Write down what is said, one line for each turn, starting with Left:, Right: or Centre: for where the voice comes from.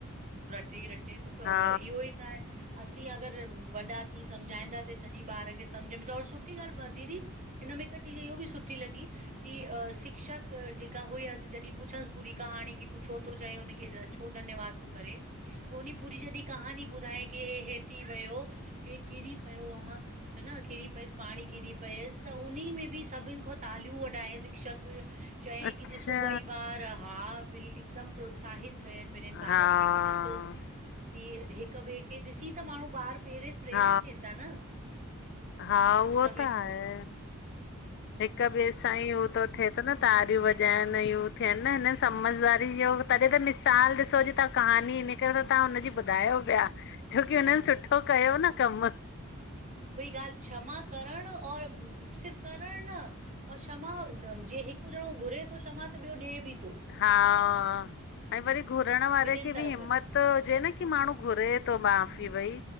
Right: टे ई रटे तो पियो
Left: हा
Right: इहो ई त आहें। असीं अॻरि वॾा थी सम्झाईंदांसीं तॾहिं ॿार खे सम्झ में त और सुठी ॻाल्हि दीदी। हिनन में हिकु चीज़ इहो बि सुठी लॻी की अ शिक्षक जेका हुयसि। जॾि पुछस पूरी कहाणी की तूं छो थो चएं हुनखे? छो धन्यवाद तो करे त उन पूरी जॾि कहानी ॿुधाएं की ह हे थी वियो। हे किरी पयो आ। हना किरी पयस पाणी किरी पियस त उन में ॿि सॿिन खां तालियूं वॾायस शिक्षक। चएई
Left: अच्छा
Right: की ॾिसो ॿई ॿार हा हिकदम प्रोत्साहित कयन ॿिनन ॿारन
Left: हा
Right: खे की ॾिसो। की हिक ॿे खे ॾिसी त माणू ॿार पैरें प्रेरित
Left: हा
Right: थिदां न
Left: हा उहो
Right: हू सॿिन।
Left: त आहे हिक ॿै सां ई उ तो थेए त न तारियूं वॼाइन इयो। चयंदा आयन न समझदारी ॼो तॾे त मिसाल ॾिसो ॼी तां कहानी हिन करे त तां हुनॼी। ॿुधायो पया छोकी
Right: हम्म
Left: हुनन सुठो कयो न कम।
Right: ॻाल क्षमा करण और सिर्फ़ करण न क्षमा ॼे हिक ॼणो घुरे तो त ॿयो ॾेए ॿि तो।
Left: हां ऐं वरी घुरण वारे
Right: ॿिन्हिनि
Left: खे
Right: तरफ़
Left: ॿि हिम्मत हुजे न की माणू घुरे तो माफ़ी भई।